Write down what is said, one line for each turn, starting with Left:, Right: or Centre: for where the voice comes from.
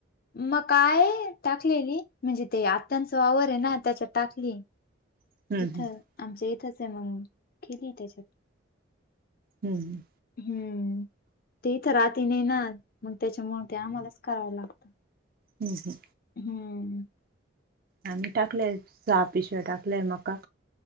Left: मका आहे टाकलेली. म्हणजे ते आत्यांच वावरे ना. त्याच्यात टाकलीय.
Right: हम्म
Left: इथ
Right: हम्म
Left: आमच्या इथचे मग केलीय त्याच्यात.
Right: हम्म
Left: हम्म ते इते राहती नाइ ना. मग तेच्यामुळे ते आमालाच करावं लागतं.
Right: हम्म हम्म.
Left: हम्म.
Right: आम्ही टाकल्याय सहा पिशव्या टाकल्याय मका.